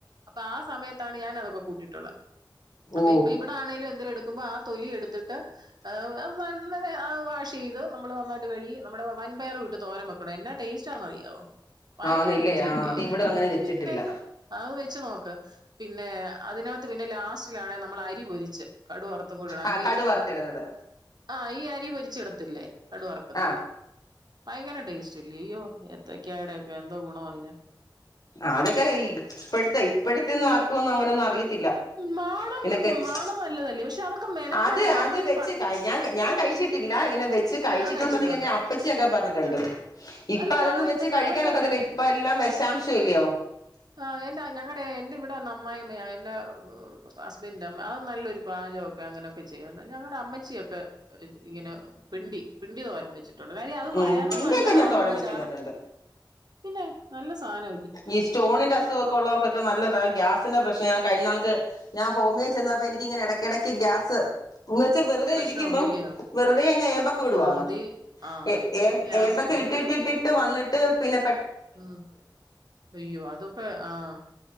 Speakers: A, on the right; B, on the left.
A: അപ്പൊ ആ സമയത്താണ് ഞാനതൊ ക്കെ കൂട്ടിയിട്ടുള്ള.
B: ഓ
A: അപ്പൊ ഇപ്പ ഇവിടെ ആണെലും എന്തേലും എടുക്കുമ്പോ ആ തൊലി എടുത്തിട്ട്. അങ്ങനെ ആ വാഷ് ചെയ്ത് നമ്മൾ നന്നായിട്ട് കഴുകി നമ്മുടെ വൻപയർ വിട്ട് തോരൻ വെക്കണം എന്നാ ടേസ്റ്റ്. ന്നറിയാവോ ഭയങ്കര
B: ആന്നില്ലേ
A: രുചിയ
B: ആഹ്
A: ല്ലേ
B: അത്
A: അയിന്
B: ഇവിടെ അങ്ങനെ വെച്ചിട്ടില്ല
A: പിന്നെ വെച്ച് നോക്ക് പിന്നെ അതിനകത്ത് പിന്നെ ലാസ്റ്റിലാണ് നമ്മൾ അരി പൊരിച്ച്. കടു വറുതു കൂടിടാങ്കി.
B: ആഹ് കടു വറുത്തിടുന്നത്
A: ആ ഈ അരി പൊരിച്ചിടത്തില്ലേ കടുവറക്കത്തില്ലേ?
B: ആഹ്
A: ഭയങ്കര ടേസ്റ്റ് ഇലയോ അയ്യോ എത്തക്കടക്കെ എന്തോ ഗുണവാ അയിന്.
B: അതൊക്കെ ഇപ്പടുത്തെ ഇപ്പഴെത്തൊന്നും ആർക്കും ഒന്നും അങ്ങനൊന്നും അറിയത്തില്ല.
A: മാണ
B: ഇതിനൊക്കെ
A: നിക്കും മാണണം നല്ലതല്ലേ പക്ഷെ അതൊക്കെ മെനക്കേടാ
B: അത്
A: നമ്മളീ
B: അത് ഞാൻ കഴിച്ചിട്ടില്ല ഇങ്ങനെ വെച്ച് കഴിച്ചിട്ടു
A: ഞാൻ കഴിച്ചിട്ടുണ്ട്
B: െണ്ട ന്ന് അപ്പച്ചിയൊക്കെ പറഞ്ഞിട്ടുണ്ട്. ഇപ്പൊ
A: അല്ല
B: അതൊന്നും
A: ഞാൻ
B: വെച്ച്
A: എന്റെ
B: കഴിക്കാനൊക്കത്തില്ല
A: ഞങ്ങന്റെ
B: ഇപ്പ എല്ലാം വിഷാംശ ഇല്ലയോ?
A: ആഹ എന്താ ഞങ്ങ എന്റെറെ ഇവിടെ അമായി യമ്മ എന്റെ ഹസ്ബൻഡിന്റെ അമ്മ അത് നല്ലൊരു പാചകൊക്കെ അങ്ങനെയൊക്കെ. ചെയ്യ ഞങ്ങ അമ്മച്ചിയൊക്കെ ഇങ്ങനെ പിണ്ടി. പിണ്ടി തോരം വെച്ചിട്ടുണ്ട് കാര്യം അത്
B: ഉം
A: വയറിന്ന്നല്ലതാണെന്ന്
B: പിന്നെയൊക്കെ ഞാൻ തോഴൻ
A: വെച്ചാണ്.
B: വെച്ച് തിന്നിട്ടുണ്ട്
A: പിന്നെ നല്ല സാധന
B: ഈ സ്റ്റോണിന്റെ അസുഖാ ക്കെള്ളവർക്കൊക്കെ നല്ലതാ
A: ആ
B: ഗ്യാസിന്റെ പ്രശ്ന കഴിഞ്ഞുന്നാൾക്ക് ഞാൻ ഹോമിയോ ചെന്നപ്പോ എനിക്കിങ്ങനെ ഇടയ്ക്കിടയ്ക്ക് ഗ്യാസ്. ഇന്ന്ച്ചാ വെറുതെ
A: പ്രശ്നം
B: ഇരിക്കുമ്പം
A: ഉണ്ടില്ലയോ
B: വെറുതെഅങ്ങ് ഏമ്പൊക്കെ വിടുവാങ്ങ്.
A: ആ അത് ആ
B: എഏ
A: അത് ഗ്യാസിന്റെ
B: ഏമ്പക്കം ഇട്ടിട്ട് ഇട്ടിട്ട് വന്നിട്ട് പിന്നെ
A: ഉം അയ്യോ അതൊക്കെ ആഹ്